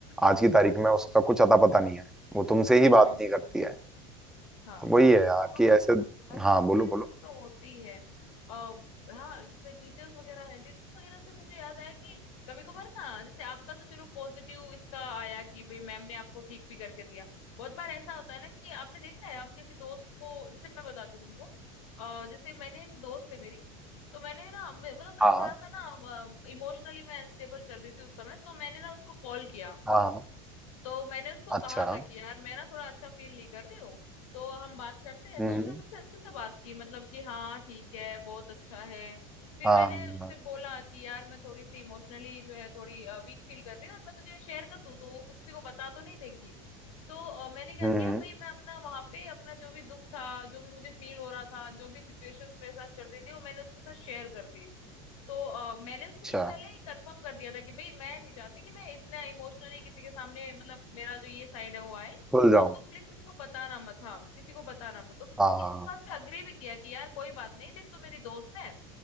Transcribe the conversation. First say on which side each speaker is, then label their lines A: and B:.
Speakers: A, in the centre; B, on the left.
A: आज की तारीख में उसका कुछ अता पता नहीं है वो तुमसे ही बात
B: हम्म
A: नहीं
B: हम्म
A: करती है
B: हाँ
A: तो वही है यार
B: तो
A: कि ऐसे
B: ऐसी
A: हाँ
B: सिचुएशन
A: बोलो बोलो
B: तो होती है अब हाँ जैसे टीचर्स वगैरह हैं टीचर्स वगैरह से मुझे याद आया कि कभी कभार ना जैसे आपका तो चलो पॉजिटिव इसका आया कि भाई मैम ने आपको ठीक भी करके दिया बहुत बार ऐसा होता है ना कि आपने देखा है हम किसी दोस्त को जैसे मैं बताती हूँ तुमको अ, जैसे मैंने एक दोस्त है मेरी तो मैंने ना मैं- मतलब मैं
A: हाँ
B: थोड़ा सा ना इमोशनली मैं अनस्टेबल चल रही थी उस समय तो मैंने ना उसको कॉल किया
A: हाँ
B: तो मैंने उसको कहा
A: अच्छा
B: था
A: हम्म
B: कि यार मैं ना थोड़ा अच्छा फील नहीं कर रही हूँ तो हम बात करते हैं
A: हम्म।
B: तो उसने मुझसे अच्छे से बात की मतलब कि हाँ ठीक है बहुत अच्छा है फिर
A: हाँ
B: मैंने उससे
A: हाँ,
B: बोला कि यार मैं थोड़ी सी इमोशनली जो है थोड़ी वीक फील कर रही हूँ और मैं तुझे शेयर कर दूँ तो तू किसी को बता तो नहीं देगी तो अ, मैंने क्या
A: हम्म
B: किया
A: हम्म।
B: भाई मैं अपना वहां पे अपना जो भी दुख था जो भी मुझे फील हो रहा था जो भी सिचुएशन मेरे साथ चल रही थी वो मैंने उसके साथ शेयर कर दी तो अ, मैंने उसको
A: अच्छा
B: ये पहले ही कंफर्म कर दिया था कि भाई मैं नहीं चाहती कि मैं इतना इमोशनली किसी के सामने मतलब मेरा जो ये साइड है वो आए
A: खुल
B: तो
A: जाऊं
B: तुम प्लीज किसी को बताना मत हाँ किसी को बताना मत तो उसने
A: हाँ
B: इस
A: हाँ
B: बात पे अग्री भी किया कि यार कोई बात नहीं देख तू मेरी दोस्त है